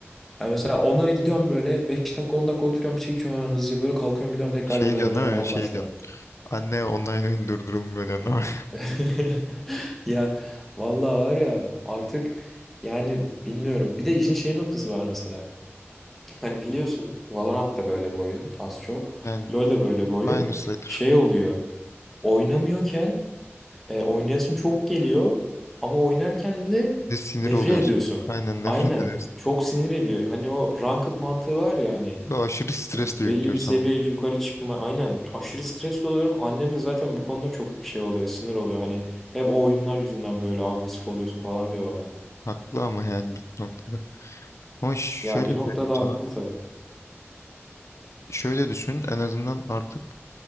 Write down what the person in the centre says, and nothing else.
Yani mesela onlara gidiyorum böyle 5 dakika 10 dakika oturuyorum bir şey içiyorum hemen hızlıca böyle kalkıyorum gidiyorum tekrar
LoL oynamaya
falan
başlıyorum.
<laughs> Ya vallahi var ya artık yani bilmiyorum. Bir de işin şey noktası var mesela. Hani biliyorsun Valorant da böyle bir oyun az çok.
LoL de böyle bir oyun.
Şey oluyor. Oynamıyorken e, oynayasın çok geliyor ama oynarken de
nefret
ediyorsun.
Aynen.
Çok sinir ediyor. Hani o ranked mantığı var ya hani
Belli bir
seviye yukarı çıkma. Aynen aşırı stresli oluyorum. Annem de zaten bu konuda çok şey oluyor, sinir oluyor. Hani hep o oyunlar yüzünden böyle agresif oluyorsun falan diyor bana.
Ya bir noktada
haklı tabii.